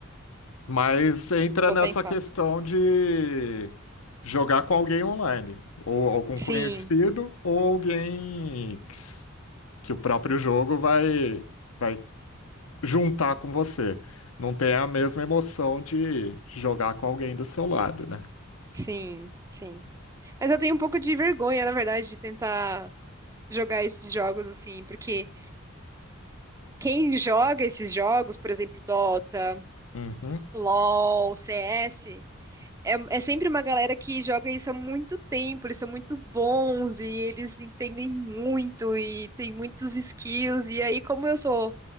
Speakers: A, on the left; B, on the right.
A: Mas entra
B: Vou
A: nessa
B: tentar.
A: questão de jogar com alguém online, ou algum
B: Sim,
A: conhecido, ou alguém que, s- que o próprio jogo vai, vai juntar com você. Não tem a mesma emoção de jogar com alguém do seu lado, né?
B: sim, sim. Mas eu tenho um pouco de vergonha, na verdade, de tentar jogar esses jogos assim, porque quem joga esses jogos, por exemplo, Dota,
A: Uhum.
B: LoL, CS, é, é sempre uma galera que joga isso há muito tempo, eles são muito bons e eles entendem muito e tem muitos skills. E aí, como eu sou